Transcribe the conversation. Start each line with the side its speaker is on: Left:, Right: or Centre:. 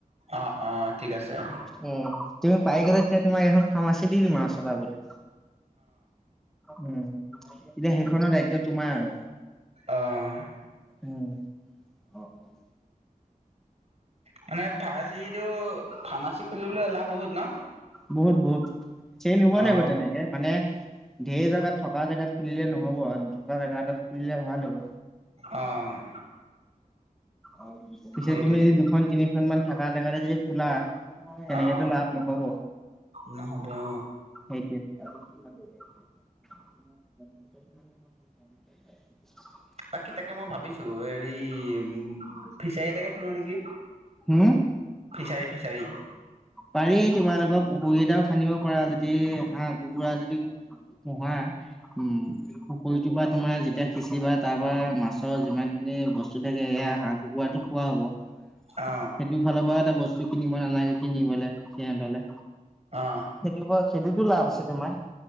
Right: অ অ ঠিক আছে অ
Centre: উম তুমি পাই গ তেতি মই হখন ফাৰ্মাচী দি দিম আৰু চলা বোলে উম এতিয়া হেখনৰ দায়িত্ব তোমাৰ আৰু।
Right: আহ
Centre: উ অ অ
Right: মানে ফাৰ্মাচীটো ফাৰ্মাচী খুলিলে অলাভ বহুত ন
Centre: বহুত বহুত চেল হব
Right: অ
Centre: লাগিব যেনেকে মানে ঢেৰ জেগাত, থকা জেগাত খুলিলে নহ'ব আৰু নথকা জেগা এটাত খুলিলে ভাল হ'ব।
Right: অ'।
Centre: উ পিছে
Right: সেইটোতে
Centre: তুমি যদি দুখন তিনিখন মান থকা জেগাতে যদি খোলা তেনেকেতো
Right: অ
Centre: লাভ নহব
Right: নহ'ব অ
Centre: সেইটোৱে আজি কি মানে পোন্ধ তাৰিখ অ
Right: বাকী তাকে মই ভাবিছো হৰি উম ফিচাৰী এটাকে খোলো নেকি
Centre: হম?
Right: ফিচাৰী ফিচাৰি
Centre: পাৰি তোমালোকৰ পুখুৰী এটাও খান্দিব পাৰা যদি হাঁহ কুকুৰা যদি পোহা উম পুখুৰীটোৰ পৰা তোমাৰ যেতিয়া সিঁচিবা তাৰ পৰাৰা মাছৰ যিমান এনেই বস্তু থাকে এয়া হাঁহ কুকুৰাতো খোৱা হ'ব
Right: অ
Centre: সেইটো ফালৰ পৰা এটা বস্তু কিনিব নালাগে কিনিবলৈ সিহঁতলে
Right: অ
Centre: সেইটো সেইটোতো লাভ আছে তোমাৰ